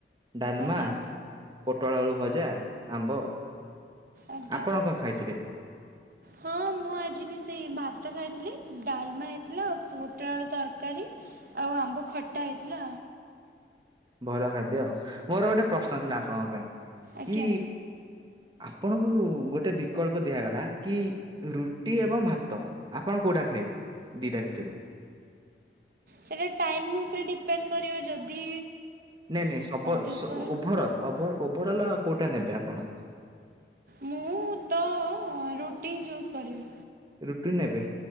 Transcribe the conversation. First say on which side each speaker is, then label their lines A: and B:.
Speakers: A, on the right (about 25°); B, on the right (about 50°).
A: ଡାଲମା
B: ଆଜ୍ଞା
A: ପୋଟଳ ଆଳୁ ଭଜା, ଆମ୍ବ।
B: ଆଜ୍ଞା।
A: ଆପଣ କଣ ଖାଇଥିଲେ?
B: ହଁ ମୁଁ ଆଜି ବି ସେଇ ଭାତ ଖାଇଥିଲି, ଡାଲମା ହେଇଥିଲା, ଆଉ ପୋଟଳ ଆଳୁ ତରକାରୀ। ଆଉ ଆମ୍ବ ଖଟା ହେଇଥିଲା।
A: ଭଲ ଖାଦ୍ୟ ଆଉ, ମୋର ଗୋଟେ ପ୍ରଶ୍ନ ଥିଲା ଆପଣଙ୍କ ପାଇଁ?
B: ଆଜ୍ଞା।
A: କି ଆପଣଙ୍କୁ ଗୋଟେ ବିକଳ୍ପ ଦିଆଗଲା କି ରୁଟି ଏବଂ ଭାତ। ଆପଣ କୋଉଟା ଖାଇବେ ଦିଟା ଭିତରୁ?
B: ସେଇଟା ଟାଇମ୍ ଉପରେ ଡିପେଣ୍ଡ କରିବ ଯଦି
A: ନାଇଁ ନାଇଁ ସବ
B: ଦୁପହର
A: ସ-ଓ-ଉଭରଲ୍ ଓଭର ଉଭରଲ କୋଉଟା ନେବେ ଆପଣ?
B: ମୁଁ ତ ରୁଟି ହିଁ ଚୁସ୍ କରିବି।
A: ରୁଟି ନେବେ